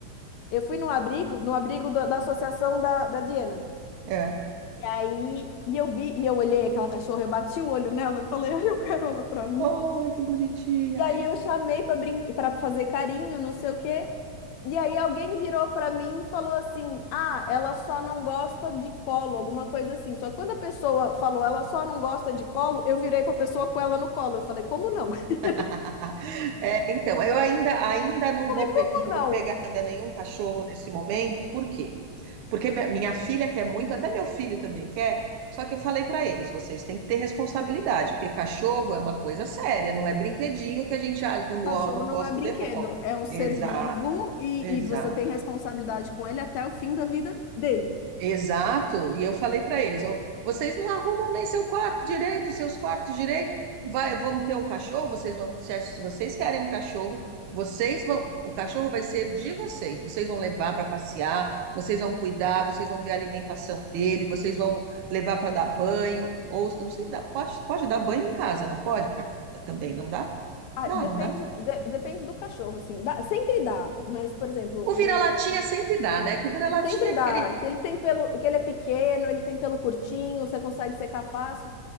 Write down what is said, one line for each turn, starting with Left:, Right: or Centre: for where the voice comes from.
Left: eu fui no abrigo, no abrigo da, da associação da, da Diana.
Right: é.
Left: E aí, e eu vi, e eu olhei aquela cachorra, eu bati o olho nela, eu falei, ai, eu quero ela pra mim.
Right: Oh, que bonitinha.
Left: E aí eu chamei pra brincar, para fazer carinho, não sei o quê. E aí alguém virou pra mim e falou assim: "Ah, ela só não gosta de colo", alguma coisa assim. Só que quando a pessoa falou: "Ela só não gosta de colo", eu virei pra pessoa com ela no colo. Eu falei: "Como não?" <laughs>
Right: <laughs> Então, eu ainda, ainda não
Left: Eu falei:
Right: vou,
Left: "Como
Right: pe- não
Left: não?"
Right: vou pegar ainda nenhum cachorro nesse momento. Por quê? Porque mi- minha filha quer muito, até meu filho também quer. Só que eu falei para eles, vocês têm que ter responsabilidade, porque cachorro é uma coisa séria, não é brinquedinho que a gente, ah, não, go-
Left: Cachorro
Right: não
Left: não
Right: gosto,
Left: é brinquedo,
Right: devolve.
Left: é um ser
Right: Exato,
Left: vivo e,
Right: exato.
Left: e você tem responsabilidade com ele até o fim da vida dele.
Right: Exato. E eu falei para eles, ó, vocês não arrumam nem seu quarto direito, seus quartos direito. Vai, vamos ter um cachorro, vocês vão, se, se vocês querem um cachorro, vocês vão, o cachorro vai ser de vocês. Vocês vão levar para passear, vocês vão cuidar, vocês vão ver a alimentação dele, vocês vão levar para dar banho ou eu não sei, dá- pode pode dar banho em casa, não pode pra- também, não dá?
Left: Ah,
Right: Dá,
Left: depende,
Right: não dá?
Left: de- depende do cachorro, assim. Dá- sempre dá, mas, por exemplo,
Right: O
Left: o,
Right: vira-latinha sempre dá, né? Que o vira-latinha
Left: Sempre
Right: é aquele
Left: dá, que ele tem pelo, que ele é pequeno, ele tem pelo curtinho, você consegue secar fácil,